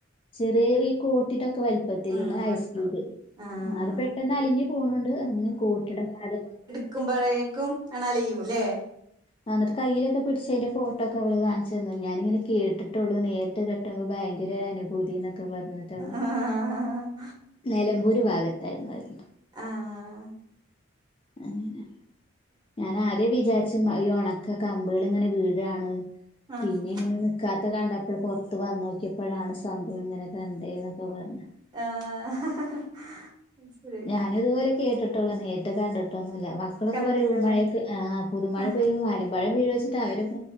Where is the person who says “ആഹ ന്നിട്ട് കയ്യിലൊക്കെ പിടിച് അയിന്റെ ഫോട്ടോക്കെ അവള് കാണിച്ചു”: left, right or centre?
Left